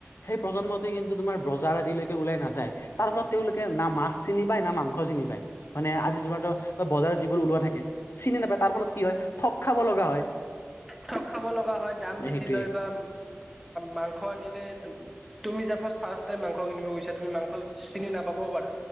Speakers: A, on the left; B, in the centre.
A: সেই প্ৰজন্মটো কিন্তু তোমাৰ বজাৰ আদিলৈকে ওলাই নাযায় তাৰ ফলত তেওঁলোকে না মাছ চিনি পায় না মাংস চিনি পায় মানে আজি যি বজাৰত যিবোৰ ওলোৱা থাকে চিনি নাপায় তাৰ ফলত কি হয় ঠগ খাব লগা হয়।
B: ঠগ খাব লগা হয়, দাম বেছি
A: সেইটোয়ে
B: লয় বা মাংস আনিলে। তুমি চাপজ ফাৰ্ষ্ট টাইম মাংস কিনিব গৈছা তুমি মাংস চিনি নাপাবও পাৰা